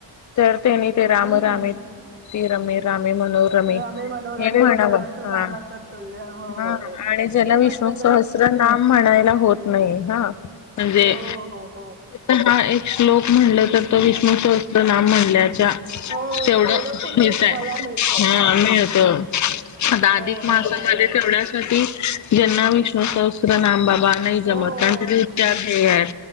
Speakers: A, on the left; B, on the right.
A: तर त्यांनी ते राम
B: हम्म
A: राम
B: हम्म.
A: ती रम. रामी मनोरमी
B: रमे मनोरमे
A: हे म्हणा
B: सहस्रनाम
A: हा
B: तत्तुल्य हो
A: हा
B: हो हो
A: आणि. ज्याला
B: ते पण
A: विष्णू
B: म्हटलं तरी
A: सहस्त्र नाम म्हणायला होत नाही हा म्हणजे.
B: हो हो हो हो
A: हा एक श्लोक म्हणल तर त विष्णू सहस्त नाम म्हणल्याच्या.
B: हो
A: तेवढं
B: पुण्य
A: मितय.
B: तुम्हाला मिळतं.
A: हा मिीळत आता
B: हो
A: अधिक
B: हो
A: मासामध्येझ
B: हो हो
A: ठेवण्यासाठी. ज्यांना विष्णू सहस्त्र नामबाबा नाही जमत
B: हो हो
A: कारण त्याचे
B: हो
A: उच्चार हेध्येय आहेत.